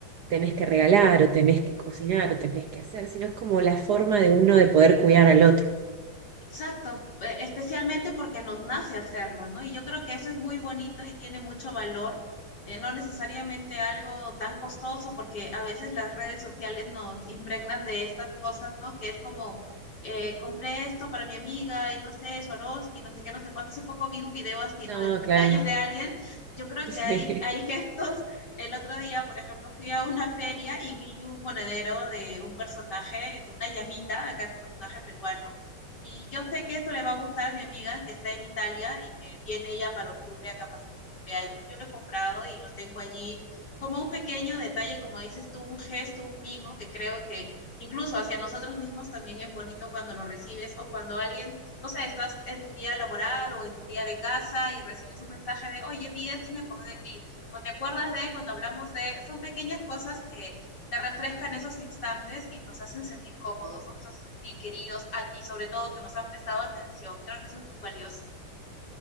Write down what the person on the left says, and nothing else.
Exacto, eh, especialmente porque nos nace hacerlo, ¿no? Y yo creo que eso es muy bonito y tiene mucho valor, eh, no necesariamente algo tan costoso, porque a veces las redes sociales nos impregnan de estas cosas, ¿no? Que es como, eh, compré esto para mi amiga, y no sé, Swarovski, no sé qué, no sé cuánto. Hace poco vi un video así, ¿no?
Del cumpleaños
de alguien. Yo creo
que
hay, hay gestos. El otro día, por ejemplo, fui a una feria y vi un monedero de un personaje, de una llamita, acá es un personaje peruano y yo sé que esto le va a gustar a mi amiga que está en Italia y que viene ella para octubre acá a pasar su cumpleaños. Yo lo he comprado y lo tengo allí como un pequeño detalle, como dices tú, un gesto, un mimo, que creo que incluso hacia nosotros mismos también es bonito cuando lo recibes o cuando alguien, no sé, estás en tu día laboral o en tu día de casa y recibes un mensaje de, oye, vi esto y me acordé de ti, o te acuerdas de cuando hablamos de, son pequeñas cosas que te refrescan esos instantes y nos hacen sentir cómodos, ¿no? nos hacen sentir queridos y sobre todo que nos han prestado atención. Creo que eso es muy valioso.